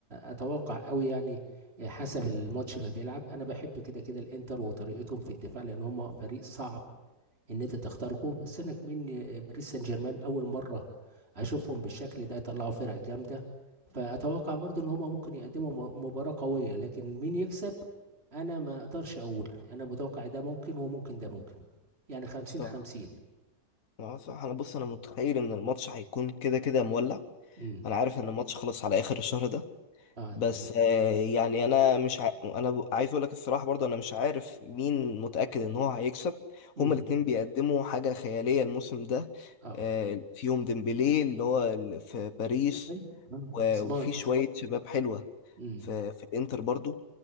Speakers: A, on the right; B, on the left.
A: اتوقع قوي يعني حسب الماتش ما بيلعب انا بحب كده كده الانتر وطريقتهم في الدفاع لان هم فريق صعب ان انت تخترقه بس انا كمان باريس سان جيرمان اول مره اشوفهم بالشكل ده يطلعوا فرق جامده فاتوقع برضو ان هم ممكن يقدموا م- مباراه قويه لكن مين يكسب انا ما اقدرش اقول انا متوقع ده ممكن وممكن ده ممكن يعني 50
B: صح
A: 50
B: آه، صح انا بص انا متخيل ان الماتش هيكون كده كده مولع
A: امم
B: انا عارف ان الماتش خلص على اخر الشهر ده
A: اه
B: بس
A: تمام
B: آه، يعني انا مش ع... انا ب- عايز اقول لك الصراحه برضه انا مش عارف مين متاكد ان هو هيكسب
A: مم.
B: هما الاتنين بيقدموا حاجه خياليه الموسم ده
A: اه
B: آه، فيهم ديمبلي اللي هو ال- في باريس
A: اي انا
B: و-
A: خلصان
B: وفي شويه شباب حلوه
A: امم
B: في في الانتر برضه